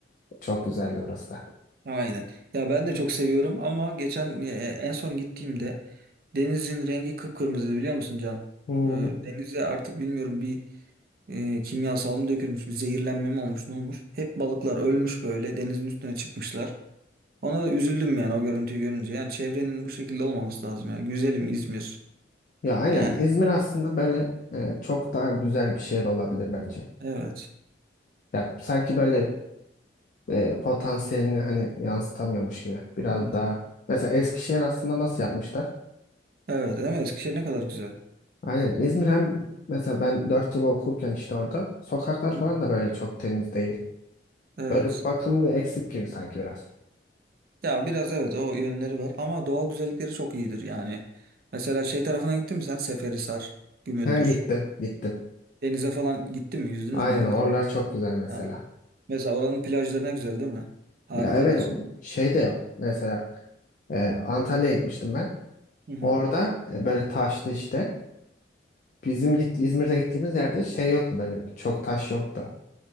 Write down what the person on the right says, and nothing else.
Aynen. Ya ben de çok seviyorum ama geçen e, en son gittiğimde denizin rengi kıpkırmızıydı biliyor musun Can?
E, Denize artık bilmiyorum bir e, kimyasal mı dökülmüş, bir zehirlenme mi olmuş, ne olmuş? Hep balıklar ölmüş böyle denizin üstüne çıkmışlar. Ona da üzüldüm yani o görüntüyü görünce. Yani çevrenin bu şekilde olmaması lazım ya. Güzelim İzmir.
Yani
evet.
Evet.
Evet, değil mi? Eskişehir ne kadar güzel.
Hı.
Evet.
Ya biraz evet o yönleri var ama doğal güzellikleri çok iyidir yani. Mesela şey tarafına gittin mi sen? Seferihisar, Gümüldür.
Denize falan gittin mi? Yüzdünüz
mü orada?
Ha. Mesela oranın plajları ne güzel değil mi? Harikadır.
Hı hı.